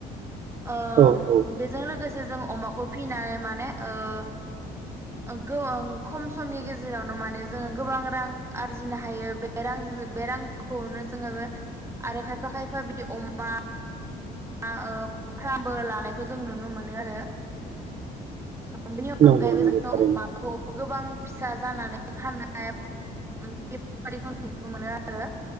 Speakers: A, on the right; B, on the right.
A: ओ
B: औ औ
A: बेजों लोगोसे जों अमाखौ फिनानै माने ओ खम समनि गेजेरावनो माने जोङो गोबां रां आरजिनो हायो बे रां खौनो जोङोबो आरो खायफा खायफा बिदि अमा फार्मबो लानायखौ जों नुनो मोनो आरो बेनि
B: नंगौ
A: अनगायैबो
B: नंगौ
A: जोङो
B: थारैनो
A: अमाखौ गोबां फिसा जानानै फाननाय बेफोरबायदिखौ नुनो मोनो आरो